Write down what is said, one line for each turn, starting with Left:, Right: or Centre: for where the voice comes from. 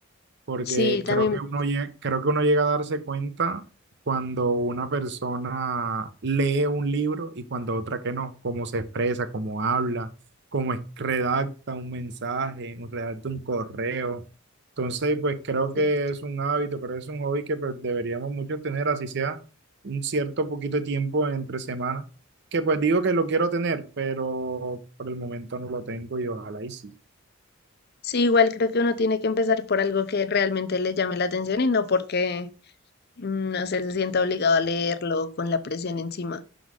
Right: porque
Left: Sí, también.
Right: creo que uno llega, creo que uno llega a darse cuenta cuando una persona lee un libro y cuando otra que no, cómo se expresa, cómo habla, cómo es- redacta un mensaje, un- redacta un correo. Entonces, pues creo
Left: es cierto.
Right: que es un hábito, creo que es un hobby que pues, deberíamos muchos tener, así sea un cierto poquito de tiempo entre semana, que pues digo que lo quiero tener, pero por el momento no lo tengo y ojalá y sí.
Left: Sí, igual creo que uno tiene que empezar por algo que realmente le llame la atención y no porque, mm, no sé, se sienta obligado a leerlo con la presión encima.